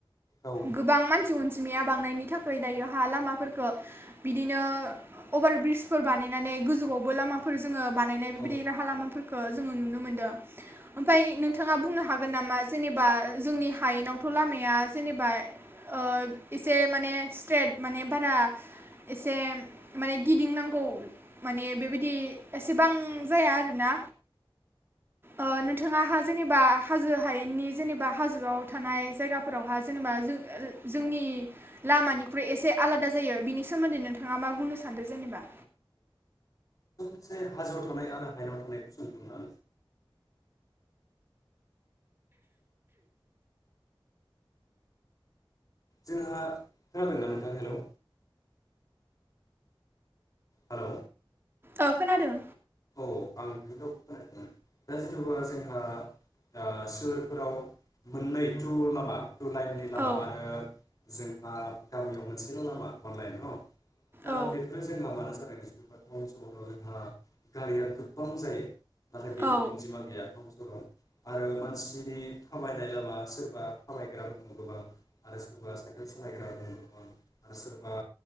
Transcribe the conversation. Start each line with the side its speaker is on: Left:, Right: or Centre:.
Left: औ
Right: गोबां मानसि अनजिमाया बांनायनि था खै दायोहा लामाफोरखौ बिदिनो अभार ब्रिजफोर बानायनानै गोजौआवबो लामफोर जों ङो बानायनाय
Left: औ
Right: बेबायदि राहा लामाफोर खो जों नुनो मोनदों ओमफ्राय नोंथाङा बुंनो हागोन नामा जेनेबा जोंनि हायेनावथ' लामाया जेनेबा ओ एसे माने स्ट्रेट माने बारा एसे माने गिदिंनांगौ माने बेबायदि एसेबां जाया आरोना ओ नोंथाङाहा जेनेबा हाजो हायेननि जेनेबा हाजोआव थानाय जायगाफोरावहा जेनेबा जोंनि लामानिख्रुइ एसे आलादा जायो बिनि सोमोन्दै नोंथाङा मा बुंनो सानदों जेनेबा
Left: मोनसे हाजोआव थानाय आरो हायेनाव थानाय कुइसनखौ ना जोंहा खोनादोंना नोंथां हेलौ हेलौ
Right: ओ खोनादों
Left: औ आं नोंनि रावखौ खोनायाखैमोन दा जेनबा जोंहा ओ सोहोरफोराव मोननै थु लामा टु लाइननि
Right: औ
Left: लामा आरो जोंहा गामियाव मोनसेल' लामा अनलायन न'
Right: औ
Left: ओ बेफोरो जोंहा मान जानो <inaudible> गारिया गोबबां जायो नाथाय बेनि
Right: औ
Left: अनजिमा गैया <unintelligible> आरो मानसिनि थाबायनाय लामा सोरबा थाबायग्रा दङ गोबां आरो सोरबा साइकेल सालायग्रा दङ गोबां आरो सोरबा